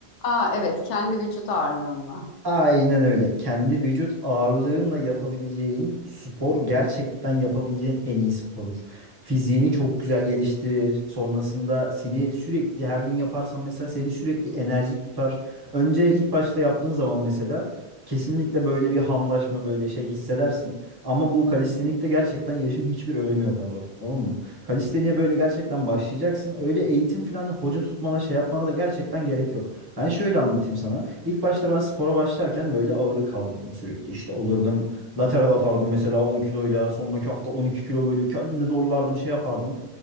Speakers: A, on the left (about 85°); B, on the right (about 30°).
A: Aa evet, kendi vücut ağırlığımla.
B: Aynen öyle. Kendi vücut ağırlığınla yapabileceğin spor gerçekten yapabileceğin en iyi spordur. Fiziğini çok güzel geliştirir. Sonrasında seni sürekli her gün yaparsan mesela seni sürekli enerjik tutar. Önce ilk başta yaptığın zaman mesela kesinlikle böyle bir hamlaşma böyle şey hissedersin. Ama bu kalistenikte gerçekten yaşın hiçbir önemi yok abla tamam mı? Kalisteniye böyle gerçekten başlayacaksın. Öyle eğitim falan hoca tutmana şey yapmana da gerçekten gerek yok. Ben şöyle anlatayım sana. İlk başta ben spora başlarken böyle ağırlık kaldırdım sürekli. İşte olurdum lateral atardım mesela 10 kiloyla. Sonraki hafta 12 kilo böyle kendimi zorlardım şey yapardım.